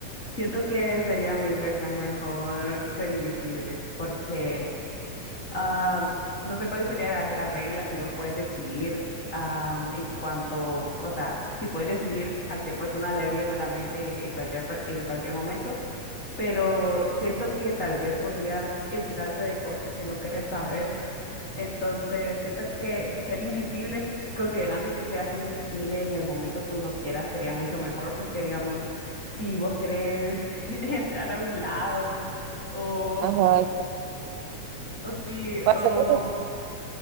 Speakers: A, on the left; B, on the right.
A: Siento que sería mil veces mejor ser invisible porque ah, no sé cuáles serían las, las reglas si vos puedes decidir ah, en cuanto, o sea, si puedes decidir a qué persona leerle la mente en cualquier, per- en cualquier momento, pero siento que tal vez podrías enterarte de cosas que no querés saber. Entonces, siento que ser invisible, <laughs> considerando que sea ser invisible en el momento que uno quiera, sería mucho mejor porque, digamos, si vos querés <laughs> entrar a un lado o,
B: Ajá. exacto.
A: o si,
B: Pasa
A: o,
B: lo que